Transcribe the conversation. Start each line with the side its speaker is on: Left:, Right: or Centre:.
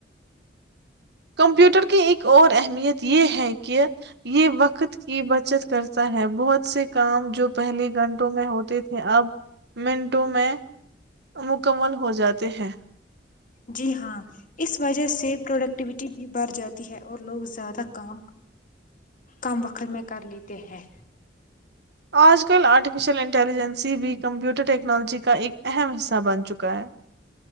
Right: کمپیوٹر کے ایک اورور اہمیت یہ ہے کہ کہ یہ وقت کی بچت چرچا ہے بہت سے کام جو پہلے گھنٹوں میں ہوتے تھے اب منٹوں میں مکمل ہو جاتے ہیں
Left: جی ہاں اس وجہ سے پروڈکٹیویٹی بھی بڑھ جاتی ہے اور لوگ زیادہ کام کم وقت میں کر لیتے ہیں
Right: آج کل آرفشل انٹیلیجنسی بھی کمپیوٹر ٹیکنالوجی کا ایک اہم حصہ بن چکا ہے